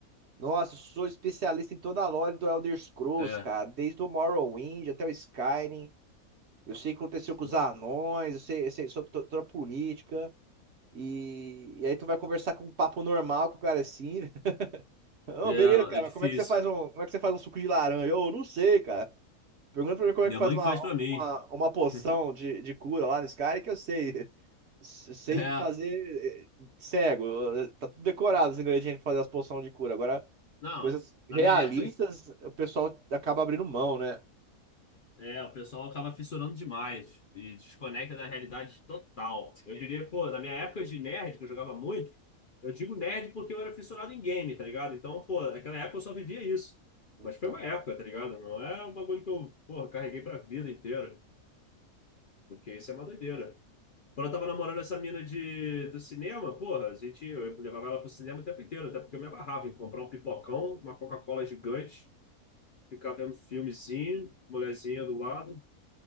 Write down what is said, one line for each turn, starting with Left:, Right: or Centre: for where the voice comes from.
Right: Nossa, eu sou especialista em toda a lore do Elder Scrolls,
Left: É.
Right: cara. Desde o Morrowind até o Skyrim. Eu sei o que aconteceu com os
Left: Porra.
Right: anões, eu sei, eu sei sobre to- toda a política. E, e aí tu vai conversar com um papo normal com o cara assim. <laughs> Ô,
Left: É,
Right: beleza,
Left: não,
Right: cara,
Left: é difícil.
Right: mas como é que você faz um, como é que você faz um suco de laranja? Eu não sei, cara. Pergunta pra mim como
Left: Minha
Right: é que faz
Left: mãe
Right: uma,
Left: que faz pra mim.
Right: uma, uma poção
Left: <laughs>
Right: de, de cura lá no Skyrim que eu sei se- Sei
Left: É.
Right: fazer eh, cego. eh, Tá tudo decorado os ingredientes pra fazer as poções de cura. Agora,
Left: Não,
Right: coisas realistas,
Left: na minha época.
Right: o pessoal acaba abrindo mão, né?
Left: É, o pessoal acaba fissurando demais e desconecta da realidade total. Eu diria, pô, na minha época de nerd, que eu jogava muito, eu digo nerd porque eu era fissurado em game, tá ligado? Então, pô, naquela época eu só vivia isso.
Right: Então,
Left: Mas foi uma época, tá ligado? Não é um bagulho que eu, porra, carreguei pra vida inteira, porque isso é uma doideira. Quando eu tava namorando essa mina de, do cinema, porra, a gente, eu levava ela pro cinema o tempo inteiro, até porque eu me abarrava em comprar um pipocão, uma Coca-Cola gigante, ficar vendo filmezinho, mulherzinha do lado,